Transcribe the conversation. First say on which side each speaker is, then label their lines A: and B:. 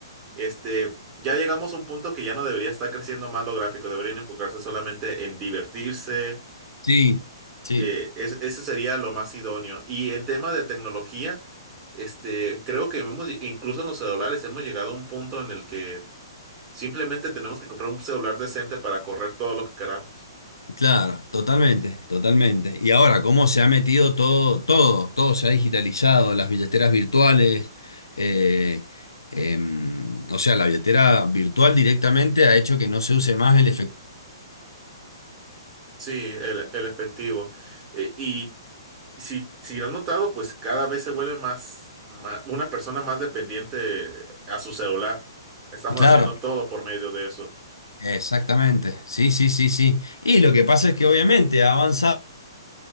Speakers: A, on the right; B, on the left.
A: Este, ya llegamos a un punto que ya no debería estar creciendo más lo gráfico, deberían enfocarse solamente en divertirse.
B: Sí, sí,
A: eh, es- ese sería lo más idóneo. Y en tema de tecnología, este, creo que hemos, lle- incluso en los celulares hemos llegado a un punto en el que simplemente tenemos que comprar un celular decente para correr todo lo que queramos.
B: claro, totalmente, totalmente. Y ahora, cómo se ha metido todo, todo, todo se ha digitalizado, las billeteras virtuales, eh, em, o sea, la billetera virtual directamente ha hecho que no se use más el efectivo.
A: Sí, el, el efectivo. Eh, y Si, si lo has notado, pues cada vez se vuelve más, ma- una persona más dependiente a su celular. Estamos
B: Claro,
A: haciendo todo por medio de eso.
B: exactamente, sí, sí, sí, sí. Y lo que pasa es que obviamente ha avanzado